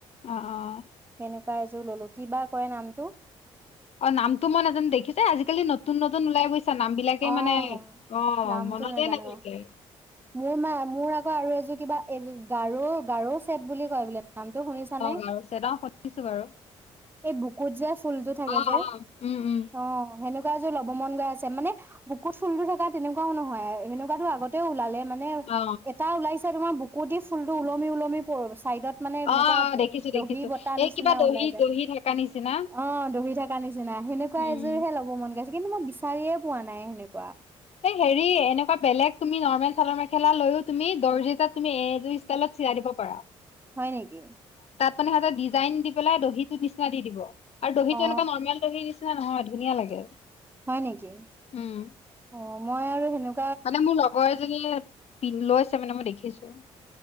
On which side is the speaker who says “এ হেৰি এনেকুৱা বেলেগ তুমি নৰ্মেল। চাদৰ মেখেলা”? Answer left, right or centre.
Left